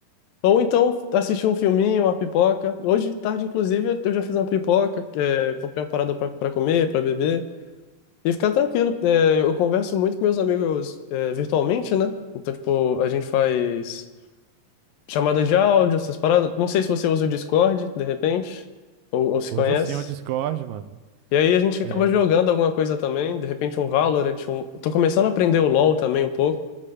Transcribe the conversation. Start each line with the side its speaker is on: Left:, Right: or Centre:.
Left: Ou então assistir um filminho, uma pipoca. Hoje de tarde, inclusive, eu eu já fiz uma pipoca, é, comprei uma parada pra, pra comer, pra beber. E ficar tranquilo. É, eu converso muito com meus amigos, é, virtualmente, né? Então, tipo, a gente faz chamada de áudio, essas paradas. Não sei se você usa o Discord, de repente, ou, ou se
Right: Usa
Left: conhece.
Right: sim o Discord, mano.
Left: E aí a gente acaba
Right: É.
Left: jogando alguma coisa também, de repente um Valorant, um... Tô começando a aprender o LoL também um pouco.